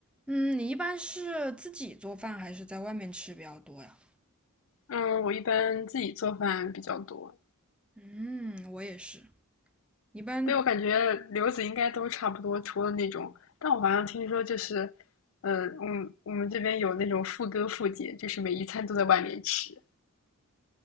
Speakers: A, in the centre; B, on the left.
A: 嗯，你一般是自己做饭还是在外面吃比较多呀？
B: 嗯，我一般自己做饭比较多。
A: 嗯，我也是，一般，
B: 对，我感觉留子应该都差不多，除了那种，但我好像听说就是，呃，嗯，我们这边有那种父哥父姐，就是每一餐都在外面吃。